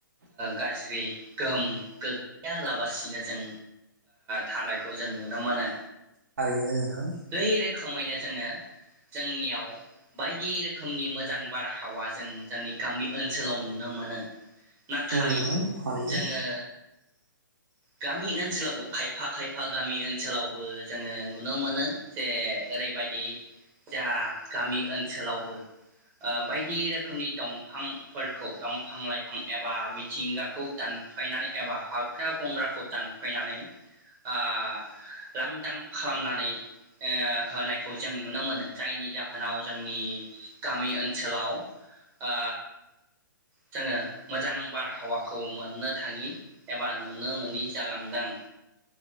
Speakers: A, on the right; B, on the right.
A: गाज्रि गोहोम गोग्लैयालाबासिनो जों थानायखौ जों नुनो मोनो।
B: थारैनो नोंथां
A: बै रोखोमैनो जोङो जोंनियाव बायदि रोखोमनि मोजां बारहावा जों जोंनि गामि ओनसोलाव नुनो मोनो नाथाय
B: औ नोंथां थारैनो
A: जोङो गामि ओनसोलावबो खायफा खायफा गामि ओनसोलावबो जोङो नुनो मोनो जे ओरैबायदि जा गामि ओनसोलावबो ओ बायदि रोखोमनि दंफांफोरखौ दंफां लाइफां एबा मिथिंगाखौ दानफायनानै एबा हाग्रा बंग्राखौ दानफायनानै ओ लांदां खालामनानै होनायखौ जों नुनो मोनो जायनि जाहोनाव जोंनि गामि ओनसोलाव ओ जोङो मोजां बारहावाखौ मोननो थाङि एबा नुनो मोनोनि जालांदों